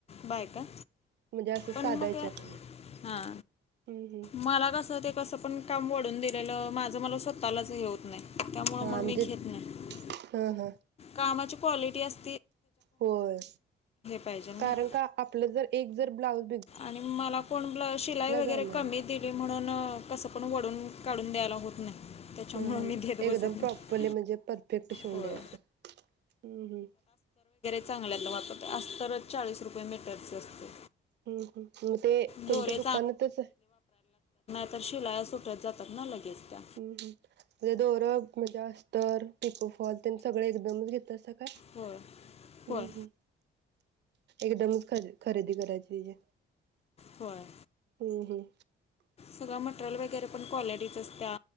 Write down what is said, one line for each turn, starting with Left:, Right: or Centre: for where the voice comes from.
Left: बायका.
Right: म्हणजे असं साधा
Left: पण मग
Right: विचार करणं.
Left: हा
Right: हम्म हम्म.
Left: मला कस ते कसं पण काम वाढून दिलेलं, माझं मला स्वतःलाच हे होत नाही. त्यामुळं
Right: हा
Left: मग
Right: म्हणजेच
Left: मी घेत नाही
Right: हा हा.
Left: कामाची क्वालिटी अस
Right: होय.
Left: पाहिजे ना
Right: कारण का आपल जर एक जर ब्लाउज
Left: आणि मला कोण शिलाई वगैरे
Right: जाणार.
Left: कमी दिली म्हणून असं पण वडून काढून द्यायला होत नाही. त्याच्यामुळं
Right: हम ह
Left: मी देत बसत
Right: एकदम
Left: नाही
Right: प्रॉपरली म्हणजे परफेक्ट शिवून
Left: होय
Right: द्यायचं. हम्म हम्म.
Left: चांगल्यातल वापरतोय. अस्तरच चाळीस रुपये मीटरच असते.
Right: हम्म हम्म मग ते तुमच्या
Left: दोरे
Right: दुकानातच
Left: तर शिलाया सुटत जातात ना लगेच. त्या
Right: हम्म हम्म जर दोर मजे अस तर पिको फॉल तेन सगळ एकदमच घेतासा काय?
Left: होय
Right: हम्म
Left: होय
Right: हम्म. एकदमच ख खरेदी करायची तेजी.
Left: होय
Right: हम्म हम्म.
Left: सगळं मटेरियल वगैरे पण क्वालिटीच असत्या,